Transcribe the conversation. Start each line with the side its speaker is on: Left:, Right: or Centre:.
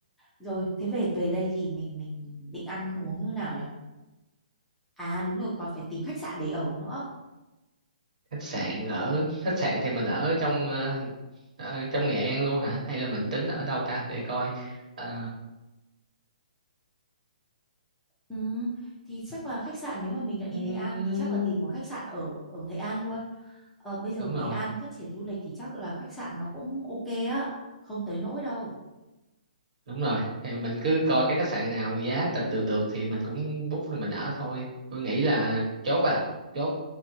Centre: rồi thế về về đây thì mình mình định ăn uống như nào nhỉ à đúng rồi còn phải tìm khách sạn để ở nữa
Right: khách sạn ở khách sạn thì mình ở trong ờ, ờ, trong Nghệ An luôn hả hay là mình tính ở đâu ta để coi Ờ,
Centre: Ừ, thì chắc là khách sạn nếu mà mình đã đi
Right: ừm,
Centre: Nghệ An thì chắc là tìm một khách sạn ở ở Nghệ An luôn. Ờ, bây giờ
Right: đúng
Centre: Nghệ
Right: rồi
Centre: An phát triển du lịch thì chắc là khách sạn nó cũng ok á, không tới nỗi đâu.
Right: đúng rồi thì mình cứ coi cái khách sạn nào giá tạm được được thì mình cũng book thì mình ở thôi tôi nghĩ là chốt à chốt